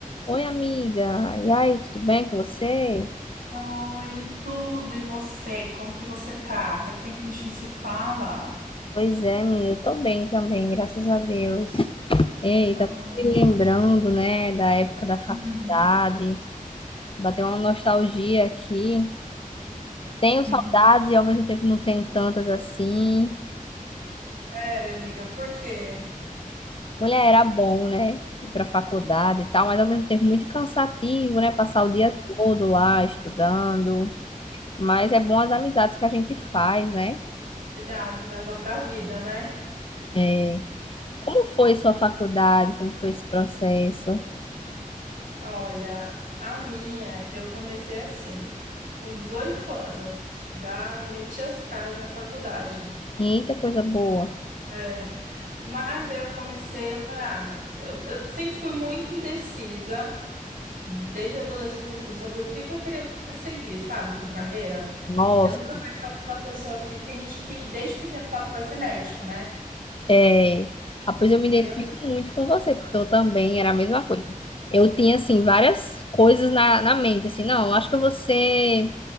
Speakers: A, on the left; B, on the right.
A: Oi, amiga. E aí, tudo bem com você?
B: Oi, tudo, e você? Como que você tá? Faz tempo que a gente não se fala.
A: Pois é, menina, eu tô bem também, graças a Deus. Ei,
B: Ah,
A: tá me lembrando, né, da época da faculdade,
B: Hum.
A: bateu uma nostalgia aqui. Tenho
B: <laughs>
A: saudades e ao mesmo tempo não tenho tantas assim.
B: sério, amiga, por quê?
A: Mulher, era bom, né, ir pra faculdade e tal, mas ao mesmo tempo muito cansativo, né, passar o dia todo lá estudando. Mas é bom as amizades que a gente faz, né?
B: Verdade, leva pra vida, né?
A: É, Como foi sua faculdade? Como foi esse processo?
B: Olha, a minha, eu comecei assim, com 18 anos, já meti as caras na faculdade.
A: Eita, coisa boa.
B: É, mas eu comecei, eu falei, ah, eu, eu sempre fui muito indecisa, desde adolescente, assim, sobre o que que eu queria seguir, sabe, com carreira.
A: Nossa,
B: Eu nunca fui aquela pessoa que. Tem gente que desde pequeno fala que vai ser médico, né?
A: é. Ah, pois eu me identifico
B: Eu.
A: muito com você, porque eu também era a mesma coisa. Eu tinha, assim, várias coisas na, na mente, assim, não, acho que eu vou ser